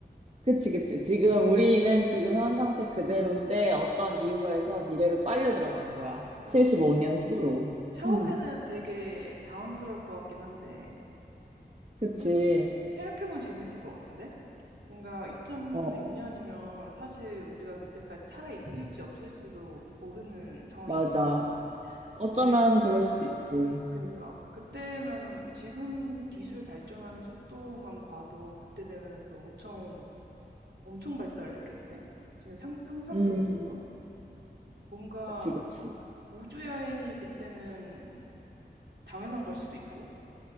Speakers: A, on the right; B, on the right.
A: 그치, 그치. 지금 우리는 지금 현 상태 그대로인데 어떤 이유에서 미래로 빨려 들어간 거야.
B: 어,
A: 75년 후로.
B: 처음에는
A: 음,
B: 되게 당황스러울 것 같긴 한데,
A: 그치.
B: 그 생각해보면 재밌을 것 같은데? 뭔가 2100년이면
A: 어, 어,
B: 사실 우리가 그때까지 살아 있을지 없을지도 모르는 상황인
A: 맞아.
B: 거잖아.
A: 어쩌면
B: 근데
A: 그럴 수도
B: 어,
A: 있지.
B: 그니까 그때면은 뭐 지금 기술 발전하는 속도만 봐도 그때 되면은 또 엄청 엄청 발달을 했겠지? 진짜 상, 상상도
A: 음,
B: 못했던? 뭔가
A: 그치, 그치.
B: 우주 여행이 그때는 당연한 걸 수도 있고